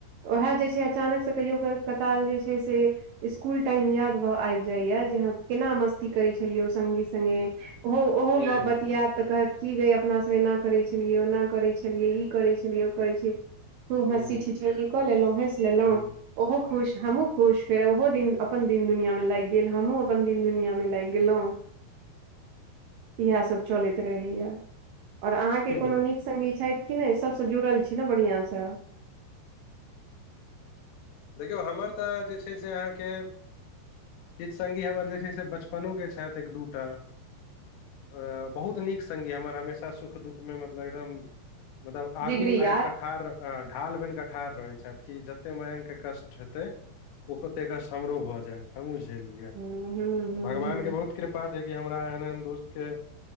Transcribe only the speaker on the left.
हूँ
हूँ
हूँ
हूँ
देखियौ हमर तऽ जे छै, से अहाँके हित सगी हमर जे छै से बचप अपन के छथि एक दूटा। अ बहुत नीक संगगी हमर हमेशा सुख दुःखमे मतलब एकदम मतलब आगू
आबि कऽ ढार ठाढ़ ढाल बन कऽ ठाढ़ रहै छथि, कि जते मायं के कष्ट हेतै ओ कते क <unintelligible> समाम्रोह भ जाय। हमहूँ झेल लिअ,
भगवानके
बहुत कृपा छैे, कि हमरा एहन एहन दोस्तके